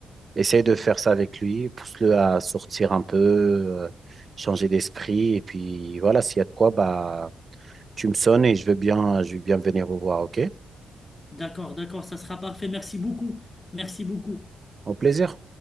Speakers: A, on the right; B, on the left.
A: essaye de faire ça avec lui, pousse-le à sortir un peu, euh, changer d'esprit. Et puis voilà, s'il y a de quoi, bah, tu me sonnes et je veux bien, je veux bien venir vous voir, OK?
B: D'accord, d'accord, ça sera parfait. Merci beaucoup. Merci beaucoup.
A: Au plaisir.